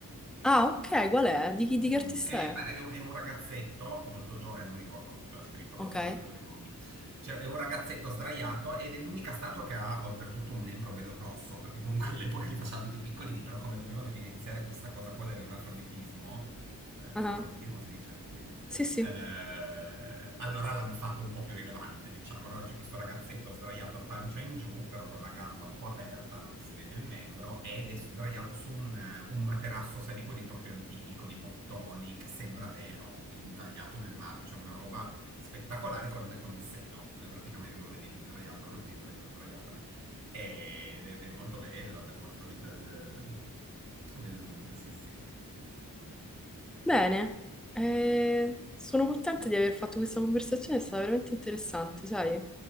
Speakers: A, in the centre; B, on the right.
A: Ah, ok, qual è? Di chi, di
B: Mm,
A: che artista
B: è,
A: è?
B: è un- è un ragazzetto molto giovane, eh, non mi ricordo, c'era scritto, ma
A: Ok.
B: figurati dopo i nomi. Cioè, è un ragazzetto sdraiato ed è l'unica statua che ha oltretutto un membro bello grosso, perché comunque all'epoca li facevano tutti piccolini, però come dovevano evidenziare questa cosa qua dell'ermafroditismo, eh,
A: ah,
B: ermafroditismo si dice? Sì,
A: Sì, sì.
B: eh, allora l'hanno fatto un po' più rilevante, diciamo. Allora c'è questo ragazzetto sdraiato a pancia in giù, però con la gamba un po' aperta, no, che si vede il membro, ed è sdraiato su un, un materasso, sai, di quelli proprio antichi, con i bottoni, che sembra vero, intagliato nel marmo, cioè una roba spettacolare con, con il seno. Eh, Praticamente tu lo vedi lì sdraiato così, sdraiato, sdraiata. Ed è, è molto bello l'ermafrodita del, del Louvre, sì sì.
A: Bene. Eh, sono contenta di aver fatto questa conversazione, è stata veramente interessante, sai?